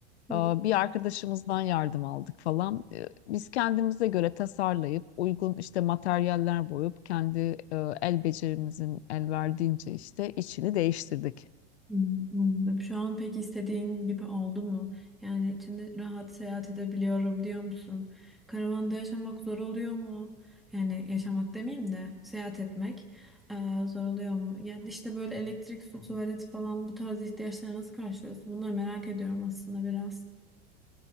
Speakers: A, in the centre; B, on the left (about 80°).
A: Çok
B: E, Bir arkadaşımızdan yardım aldık falan. E, Biz kendimize göre tasarlayıp uygun işte materyaller boyup kendi e, el becerimizin el verdiğince işte içini değiştirdik.
A: Hmm, Anladım. Şu an pek istediğin gibi oldu mu? Yani içinde rahat seyahat edebiliyorum diyor musun? Karavanda yaşamak zor oluyor mu? Yani yaşamak demeyeyim de seyahat etmek eee, zor oluyor mu? Ya işte böyle elektrik, su, tuvalet falan bu tarz ihtiyaçları nasıl karşılıyorsun? Bunları merak ediyorum aslında biraz.